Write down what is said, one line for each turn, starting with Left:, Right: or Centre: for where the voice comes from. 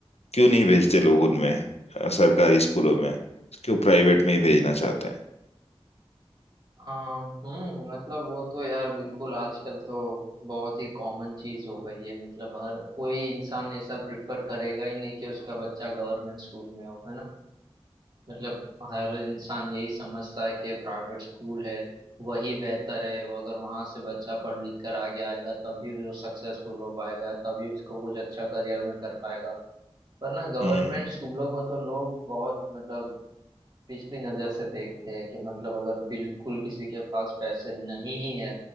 Left: क्यों नहीं भेजते लोग उनमें अ, सरकारी स्कूलों में क्यों प्राइवेट में ही भेजना चाहते हैं
Right: अम, हम्म मतलब वो तो यार बिल्कुल आजकल तो बहुत ही कॉमन चीज हो गई है मतलब हर कोई इंसान ऐसा प्रिफर करेगा ही नहीं कि उसका बच्चा गवर्नमेंट स्कूल में हो है ना मतलब हर इंसान यही समझता है कि प्राइवेट स्कूल है वही बेहतर है वो अगर वहां से बच्चा पढ़ लिख कर आगे आएगा तभी वो सक्सेसफुल हो पाएगा तभी उसको कुछ अच्छा करियर में कर पाएगा वरना गवर्नमेंट
Left: हम्म
Right: स्कूलों को तो लोग बहुत मतलब पिछली नजर से देखते हैं कि मतलब अगर बिल्कुल किसी के पास पैसे नहीं ही है